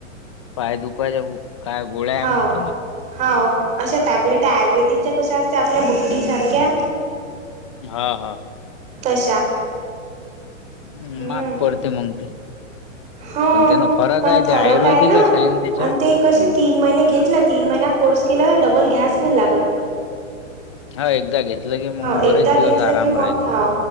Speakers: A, on the left (about 25°); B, on the right (about 15°).
A: पाय दुखवायच्या, काय गोळ्या आहे
B: हाव
A: म्हणतात ना?
B: हाव, अशा टॅबलेट आयुर्वेदिकच्या कशा असत आपल्या बुट्टी सारख्या?
A: हा हा
B: तशा.
A: हम्
B: हम्म
A: महाग पडती मग ते.
B: हो
A: पण त्यान फरक
B: पण
A: आहे
B: फरक
A: ते आयुर्वेदिकच
B: हाय ना
A: आहे त्याच्या
B: आणि
A: हम्म
B: ते कसे तिन महिने घेतल्या आणि तीन महिन्यांत कोर्स केलाय डबल गॅस नाही लागत
A: हा एकदा घेतलं की मग
B: हा
A: बरेच
B: एकदा
A: दिवस
B: घेतलं
A: आराम राहत
B: मग हा